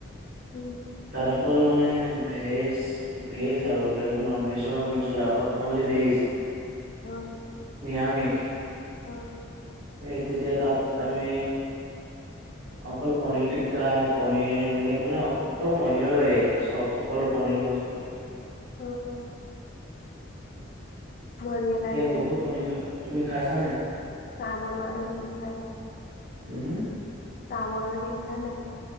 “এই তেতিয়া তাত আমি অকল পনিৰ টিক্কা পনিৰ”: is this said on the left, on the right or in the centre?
Right